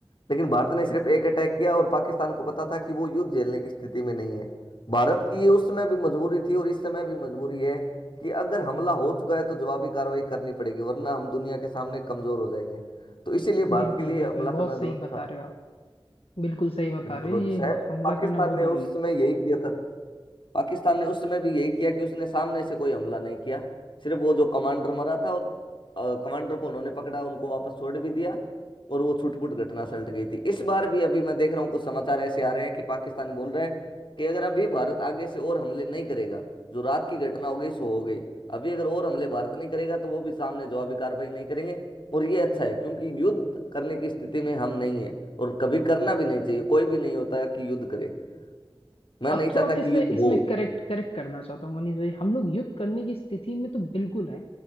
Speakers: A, on the left; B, on the left.
A: लेकिन भारत ने सिर्फ एक अटैक किया और पाकिस्तान को पता था कि वो युद्ध झेलने की स्थिति में नहीं है भारत की ये उस समय भी मजबूरी थी और इस समय भी मजबूरी है कि अगर हमला हो चुका है तो जवाबी कार्रवाई करनी पड़ेगी वरना हम दुनिया के सामने कमजोर हो जाएंगे तो इसीलिए भारत
B: बिल्कुल
A: के लिए
B: बिल्कुल
A: हमला
B: बहुत
A: करना
B: सही
A: जरूरी
B: बता
A: था
B: रहे हो आप बिल्कुल सही बता
A: बिल्कुल
B: रहे हो
A: और शायद
B: ये हमला
A: पाकिस्तान
B: करना बहुत
A: ने
B: जरूरी
A: उस
B: था
A: समय यही किया था पाकिस्तान ने उस समय भी यही किया कि उसने सामने से कोई हमला नहीं किया सिर्फ वो जो कमांडर मरा था और अ, कमांडर को उन्होंने पकड़ा उनको वापस छोड़ भी दिया और वो छुटपुट घटना सलट गई थी इस बार भी अभी मैं देख रहा हूँ कुछ समाचार ऐसे आ रहे हैं कि पाकिस्तान बोल रहे हैं कि अगर अभी भारत आगे से और हमले नहीं करेगा जो रात की घटना हो गई सो हो गई अभी अगर और हमले भारत नहीं करेगा तो वो भी सामने जवाबी कार्रवाई नहीं करेंगे और ये अच्छा है क्योंकि युद्ध करने की स्थिति में हम नहीं है और कभी करना भी नहीं चाहिए कोई भी नहीं होता कि युद्ध करे मैं
B: आप
A: नहीं चाहता
B: थोड़ा सा इसमें
A: कि युद्ध
B: इसमें
A: हो
B: करेक्ट करेक्ट करना चाहता हूँ मनीष भाई हम लोग युद्ध करने की स्थिति में तो बिल्कुल है